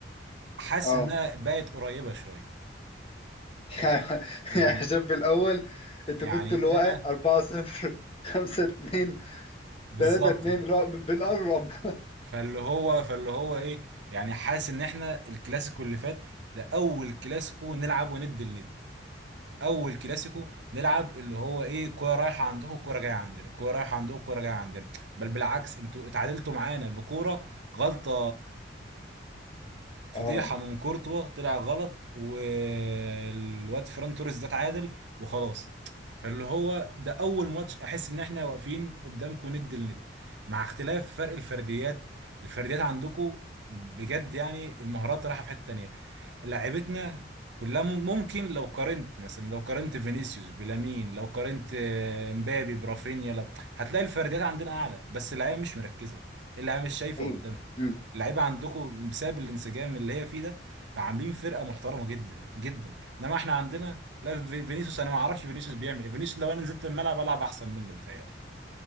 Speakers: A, on the right; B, on the left.
A: حاسس
B: اه
A: انها بقت قريبة شوية خلاص
B: <laughs>
A: يعني
B: يعني عشان في الأول أنت
A: يعني
B: كنت اللي هو
A: انا
B: إيه، 4 0 5 2
A: بالظبط
B: 3 2
A: كده
B: اللي هو ب- بنقرب
A: فاللي هو فاللي هو ايه يعني حاسس ان احنا الكلاسيكو اللي فات ده اول كلاسيكو نلعب وند لند اول كلاسيكو نلعب اللي هو ايه كوره رايحه عندكم كوره جايه عندنا كوره رايحه عندكم كوره جايه عندنا بل بالعكس انتوا اتعادلتوا معانا بكوره غلطه فضيحه
B: اه
A: من كورتوا طلع غلط والواد فران توريس ده اتعادل وخلاص فاللي هو ده اول ماتش احس ان احنا واقفين قدامكم ند لند مع اختلاف فرق الفرديات الفرديات عندكم بجد يعني المهارات رايحه في حته تانيه لعيبتنا كلها مم- ممكن لو قارنت مثلا لو قارنت فينيسيوس بلامين لو قارنت آه، مبابي برافينيا لو هتلاقي الفرديات عندنا اعلى بس اللعيبه مش مركزه اللعيبه مش شايفه
B: ايوه
A: قدامها
B: مم.
A: اللعيبه عندكم بسبب الانسجام اللي هي فيه ده فعاملين فرقه محترمه جدا جدا انما احنا عندنا لا في- فينيسيوس انا ما اعرفش فينيسيوس بيعمل ايه فينيسيوس لو انا نزلت الملعب العب احسن منه بتهيألي